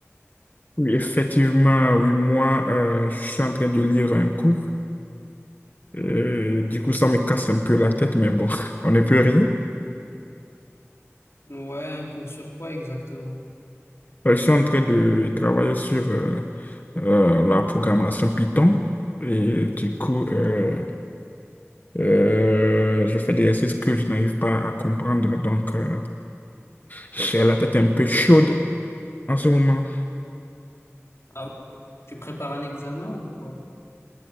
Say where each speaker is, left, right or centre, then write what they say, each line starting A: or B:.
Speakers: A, on the left (about 40°); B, on the left (about 65°).
A: oui, effectivement, oui, moi, euh, je suis en train de lire un cours. Euh, du coup, ça me casse un peu la tête, mais bon, <laughs> on ne peut rien.
B: Ouais, un cours sur quoi exactement?
A: Euh, je suis en train de travailler sur euh, euh, la programmation Python. Et du coup, euh, euh, je fais des exercices que je n'arrive pas à comprendre. Donc, euh, j'ai la tête un peu chaude en ce moment.
B: Ah oui, tu prépares un examen ou quoi?